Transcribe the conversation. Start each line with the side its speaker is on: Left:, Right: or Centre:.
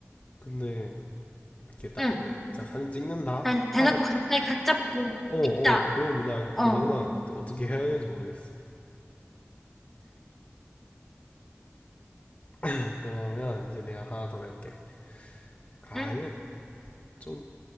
Left: 근데 이렇게 딱,
Centre: 응.
Left: 자, 사진 찍는다
Centre: 아니, 대놓고
Left: 하고,
Centre: 갑자기 각 잡고,
Left: 어, 어,
Centre: 피자.
Left: 그런 문화가 고장나는
Centre: 어.
Left: 것 같아. 어떻게 해야 되는지 모르겠어. <laughs> 그러면 이제 내가 하나 더 내볼게. 아,
Centre: 응.
Left: 이거 좀,